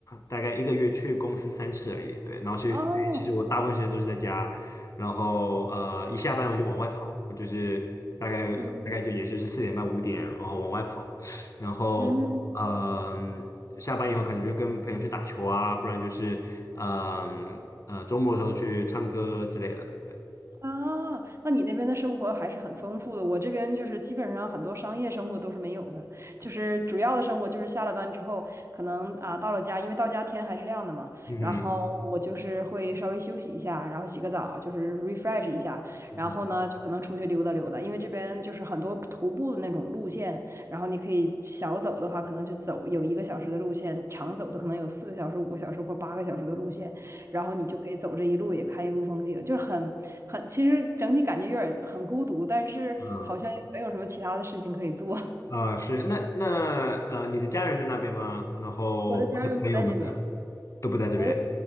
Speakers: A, on the left; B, on the right.
A: 大概一个月去公司三次而已，对，然后所以所以其实我大部分时间都是在家，
B: 哦，
A: 然后呃一下班我就往外跑，我就是大概大概就也就是四点半五点，
B: 嗯
A: 然后往外跑，然后嗯、
B: 嗯。
A: 下班以后可能就跟朋友去打球啊，不然就是嗯呃，周末的时候去唱歌之类的，对
B: 啊，那你那边的生活还是很丰富的。我这边就是基本上很多商业生活都是没有的，就是主要的生活就是下了班之后，可能啊到了家，因为到家天还是亮的嘛，
A: 嗯哼
B: 然后我就是会稍微休息一下，然后洗个澡，就是 refresh 一下，
A: 嗯哼。
B: 然后呢就可能出去溜达溜达，因为这边就是很多徒步的那种路线，然后你可以小走的话，可能就走有一个小时的路线，长走的可能有四个小时、五个小时或八个小时的路线。然后你就可以走这一路，也看一路风景，就是很很，其实整体感觉有点很孤独，但是好像又没有什么其他的事情可以做。
A: 好
B: <laughs>
A: 啊，是那那呃，你的家人在那边吗？然后或者朋友们的都不在这边。
B: 我的家人不在这边，我的家